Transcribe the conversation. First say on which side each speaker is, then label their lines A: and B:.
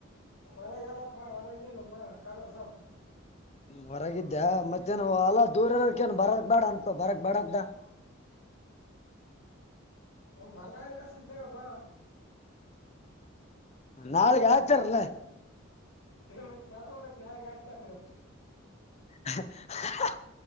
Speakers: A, on the left; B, on the left.
A: ಮಳೆಗಾಲಪಾ ವರಣಪಾ ಕಾದರ ಸಾಪ್
B: ಹೊರಗಿದ್ದ್ಯಾ ಮತ್ತೇನ್ ಅಲ್ಲ ದೂರ ಇರಕ್ಕೇನ್ ಬರಕ್ ಬೇಡ ಅನ್ಪ ಬರಕ್ ಬೇಡ್ದ <inaudible>
A: ಹ ಬರ್ತಾ ಇದಷ್ಟಂತ ಒಬ್ಬಾ
B: ನಾಳೆಗೆ ಯಾಚಾರಲ್ಲ
A: ಮತ್ ಬರಲ್ಲ ಮತ್ ನಾಳೆಗ್ ಹಾಕ್ತಾರ
B: ಹ ಹ